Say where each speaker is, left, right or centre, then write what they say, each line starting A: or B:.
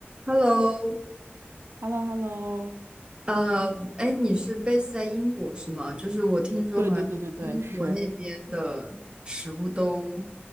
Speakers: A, on the right; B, on the right.
A: Hello，
B: h e l l o h e l l o
A: 呃，哎，你是 base 在英国是吗？就是我听说好像英国那边的食物都
B: 对对对对对，是